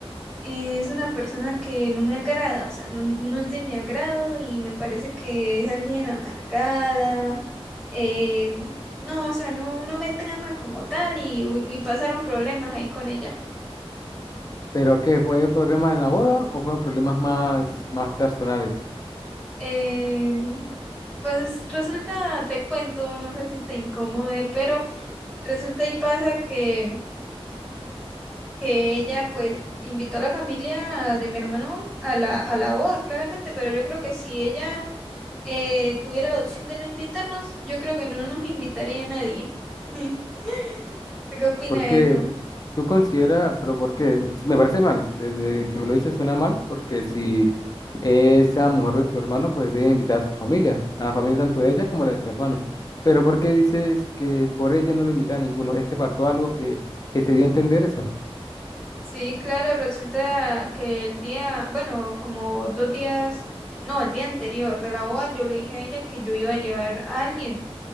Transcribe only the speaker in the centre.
eh, es una persona que no me agrada, o sea, no, no es de mi agrado y me parece que es alguien amargada. eh, no, o sea, no, no me trama como tal y, y pasaron problemas ahí con ella.
Eh, pues resulta, te cuento, no sé si te incomode, pero resulta y pasa que, que ella pues invitó a la familia de mi hermano a la, a la boda, claramente, pero yo creo que si ella eh, tuviera la opción de no invitarnos, yo creo que no nos invitaría a nadie. <laughs> ¿Usted ¿Qué opina
de eso?
Sí, claro, resulta que el día, bueno, como dos días, no, el día anterior de la boda, yo le dije a ella que yo iba a llevar a alguien.